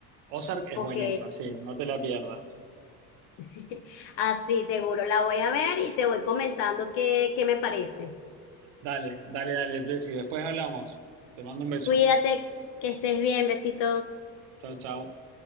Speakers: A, on the right; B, on the left.
A: Ozark es
B: Ok,
A: buenísima, sí, no te la pierdas.
B: <laughs> así seguro la voy a ver y te voy comentando qué, qué me parece.
A: Dale, dale, dale, Jessy. Después hablamos. Te mando un beso.
B: Cuídate, que estés bien, besitos.
A: Chao, chao.